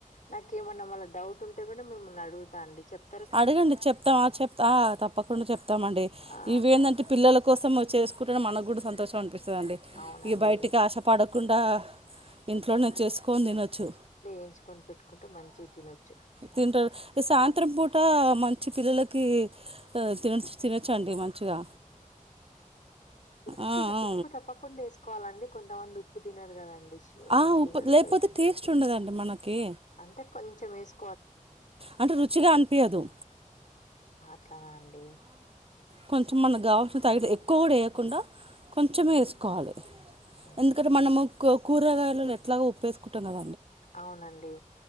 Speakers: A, on the left (about 65°); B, on the right (about 45°).
A: నాకేమన్నా మళ్ళ డౌట్ ఉంటే కూడా మిమ్మల్ని అడుగుతా అండి చెప్
B: అడగండి చెప్తాం చెప్తా ఆ తప్పకుండా చెప్తామండి
A: ఆ
B: ఇవేందంటే పిల్లల కోసం చేసుకుంటేనె మన కూడా సంతోషం అనిపి వస్తదండి
A: అవునండి
B: ఇగ బయటికి ఆశపడకుండా ఇంట్లోనే చేసుకొని తినొచ్చు
A: ఎంచుకొని పెట్టుకుంటే మంచిగ తినొచ్చు
B: తింటరు సాయంత్రం
A: ఆ
B: పూట్ ట మంచి పిల్లలకి తినచ్ తినచ్చండి మంచిగా
A: ఉప్పు
B: ఆ, ఆ.
A: ఉప్పు తప్ప కొండ ఎస్ కోవాలండి కొంతమంది ఉప్పు తినరు కదండి చి
B: ఆ,
A: షుగర్
B: ఉప్పు లేకపోతే
A: కంచం బి
B: టేస్ట్
A: పి
B: ఉండదండి మనకి
A: అంటే కొంచం ఏసు
B: అంటే రుచిగా అనిపియదు
A: అట్లనా అండి
B: కొంచెం మనకు కావాల్సిన తగిత ఎక్కువ కూడా ఎయకుండా కొంచెం ఏసుకోవాలి
A: ఉహు.
B: ఎందుకంటే మనము కూరగాయల ఎట్లాగొ ఉప్పేసుకుంటాం కద
A: అవునండి